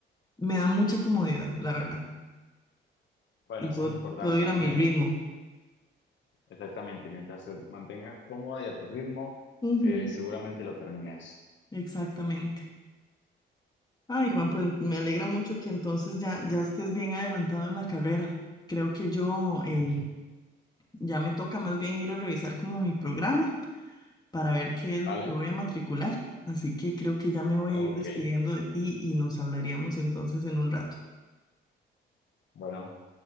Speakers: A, on the left (about 20°); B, on the left (about 65°).
A: me da mucha comodidad, la verdad,
B: Bueno,
A: y
B: eso
A: puedo,
B: es importante,
A: puedo ir
B: ¿no?
A: a mi
B: Mien-
A: ritmo.
B: exactamente, mientras te mantengas cómoda y a tu ritmo,
A: Ujú.
B: eh, seguramente lo termines
A: Exactamente. Ay, Juan,
B: Sí.
A: pues me alegra mucho que entonces ya, ya estés bien adelantado en la carrera. Creo que yo eh,
B: <laughs>
A: Ya me toca más bien ir a revisar como mi programa para ver qué es lo
B: ¿Vale?
A: que voy a matricular. Así que creo que ya me voy
B: Ok.
A: a ir despidiendo de ti y nos hablaríamos entonces en un rato.
B: Bueno,